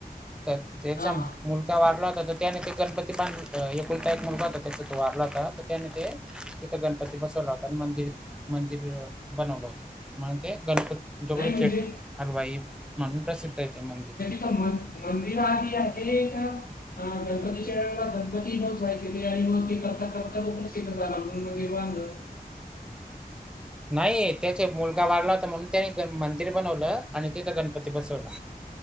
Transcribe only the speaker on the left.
हा हा
नाही म्हणजे
म मंदिर आधी आहे का? ह गणपतीच्या वेळेला गणपती बसवायचे ते आणि मग ते करता करता तो प्रसिद्ध झाला म्हणून मंदिर बांधल.